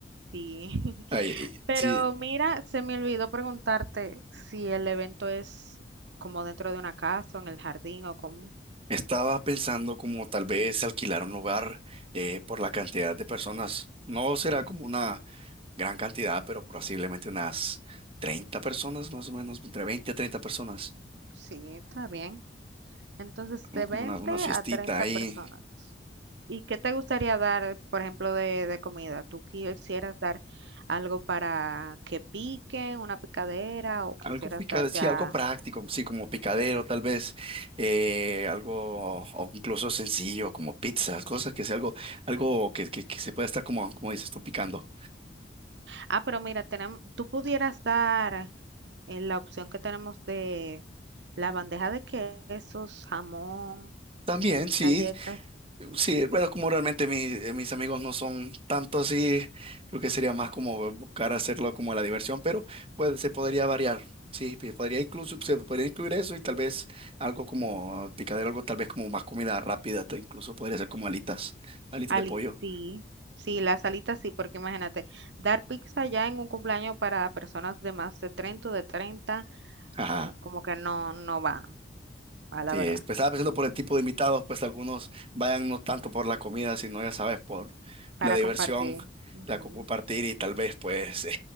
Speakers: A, on the right; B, on the right.
A: Sí. <laughs>
B: <laughs> Ay, y
A: Pero
B: sí,
A: mira, se me olvidó preguntarte si el evento es como dentro de una casa o en el jardín o cómo.
B: estaba pensando como tal vez alquilar un lugar eh, por la cantidad de personas. No será como una gran cantidad, pero posiblemente unas 30 personas, más o menos, entre 20 a 30 personas.
A: Sí, está bien. Entonces,
B: ¿no?
A: de
B: Como
A: 20
B: una, una
A: a
B: fiestita
A: 30
B: ahí.
A: personas. ¿Y qué te gustaría dar, por ejemplo, de, de comida? ¿Tú quisieras dar algo para que piquen, una picadera, o quisieras
B: Algo pica-
A: dar
B: sí,
A: ya...
B: algo práctico, sí, como picadero, tal vez, eh, algo, o incluso sencillo, como pizzas, cosas que sea algo, algo que, que, que se pueda estar como, como dices tú, picando.
A: Ah, pero mira, tenemos tú pudieras dar eh, la opción que tenemos de la bandeja de quesos, jamón,
B: También, sí,
A: galletas,
B: sí, bueno, como realmente mi- eh, mis amigos no son tanto así, creo que sería más como buscar hacerlo como la diversión, pero pues, se podría variar, sí, pe- podría incluso, se podría incluir eso y tal vez algo como picadero, algo tal vez como más comida rápida, te- incluso podría ser como alitas, alitas
A: alitas,
B: de pollo.
A: sí. Sí, las alitas sí, porque imagínate, dar pizza ya en un cumpleaños para personas de más de 30 o de 30.
B: Ajá.
A: mm, como que no, no va, a la
B: Sí,
A: verdad,
B: es- pues estaba pensando por el tipo de invitados, pues algunos vayan no tanto por la comida, sino ya sabes, por
A: para
B: la diversión,
A: compartir. Ujú.
B: la co- compartir y tal vez pues <laughs> eh,